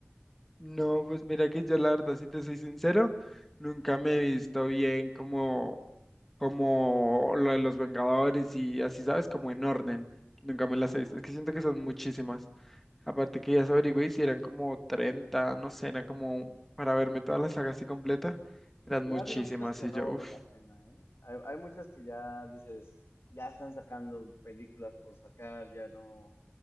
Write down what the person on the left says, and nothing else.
Ajá.
Y
ha habido muchas que
no
valen
la pena, ¿eh? Hay, hay muchas que ya dices, ya están sacando películas por sacar, ya no,